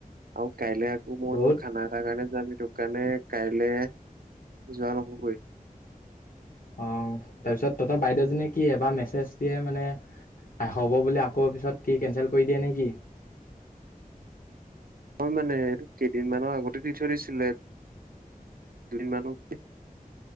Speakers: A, on the right; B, on the left.
A: আৰু কাইলৈ আকৌ মই
B: বহুত
A: তোক খানা এটাাৰ কাৰণে যামি তোৰ কাৰণে কাইলে যোৱা নহগৈ
B: অ তাৰপিছত তহঁত বাইদেউজনীয়ে কি এবাৰ মেছেজ দিয়ে মানে। আশ'ব বুলিো আকৌ পিছত কি কেচেল কৰি দিয়ে নেকি।
A: নহই মানে এইটো কেইদিনমানৰ আগতে দি থৈছিলে। কিন মানৱ কি